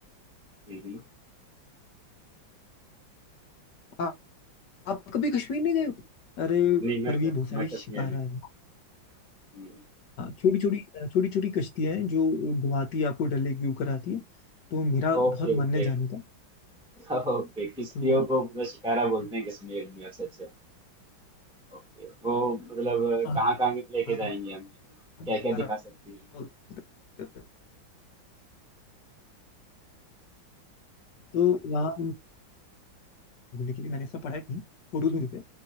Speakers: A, in the centre; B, on the left.
A: हम्म,
B: आ, आप कभी कश्मीर नहीं गए हो? अरे
A: नहीं मैं
B: परवीन
A: क-
B: बहुत सारी
A: मैं कश्मीर
B: शिकारा
A: नहीं
B: है
A: हम्म,
B: छोटी छोटी छोटी छोटी कश्तियां हैं जो घुमाती है आपको डल लेक व्यू कराती है तो मेरा बहुत
A: Okay okay
B: मन है जाने का
A: हाँ, ओके किश्तियों
B: तो
A: को मतलब शिकारा बोलते हैं कश्मीर में अच्छा अच्छा ओके वो मतलब
B: हाँ,
A: कहाँ कहाँ लेके
B: हाँ,
A: जाएंगे हमें क्या
B: शिकारा
A: क्या दिखा सकती है
B: बोलते हैं। तो वहाँ घूमने के लिए मैंने ऐसा पढ़ा है कहीं फोटोज में दिखे